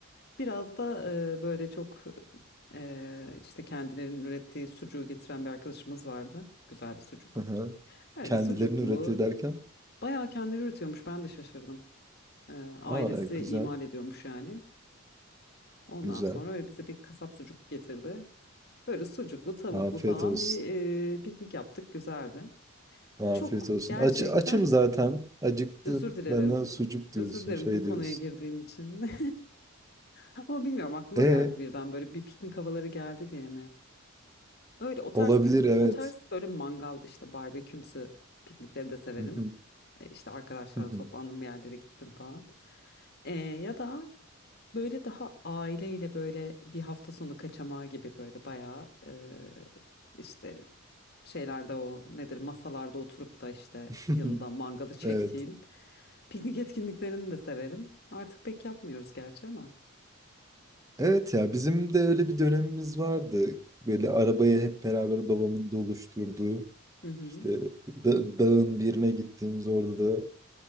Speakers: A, on the left; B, on the right.
A: Biraz da e, böyle çok e, işte kendilerinin ürettiği sucuğu getiren bir arkadaşımız vardı. Güzel bir sucuk.
B: Hı hı.
A: Öyle
B: Kendilerini
A: sucuklu.
B: üretiyor derken?
A: Bayağı kendileri üretiyormuş ben de şaşırdım. E, ailesi
B: Aa, e, güzel.
A: imal ediyormuş yani. Ondan
B: Güzel.
A: sonra öyle bize bir kasap sucuk getirdi. Böyle sucuklu tavuklu
B: Afiyet
A: falan
B: olsun.
A: bir e, piknik yaptık güzeldi.
B: Afiyet
A: Çok
B: olsun.
A: gerçekten
B: Aç, açım zaten. Acıktım.
A: Özür dilerim.
B: Bana sucuk diyorsun.
A: Özür dilerim
B: Şey
A: bu konuya
B: diyorsun.
A: girdiğim için. <laughs> Ama bilmiyorum aklıma
B: E
A: geldi birden böyle bir piknik havaları geldi diye mi? Öyle o tarz
B: olabilir
A: piknik,
B: evet.
A: o tarz böyle mangal işte barbekümsü piknikleri de severim.
B: Hı hı,
A: E, İşte arkadaşlarla
B: hı hı.
A: toplandım bir yerlere gittim falan. E, ya da Böyle daha aileyle böyle bir hafta sonu kaçamağı gibi böyle bayağı eee, işte şeylerde o nedir masalarda oturup da işte
B: <laughs>
A: yanında mangalı çektiğin
B: Evet.
A: piknik etkinliklerini de severim. Artık pek yapmıyoruz gerçi ama.
B: Evet ya bizim de öyle bir dönemimiz vardı. Böyle arabayı hep beraber babamın doluşturduğu.
A: Hı hı.
B: İşte da- dağın birine gittiğimiz orada da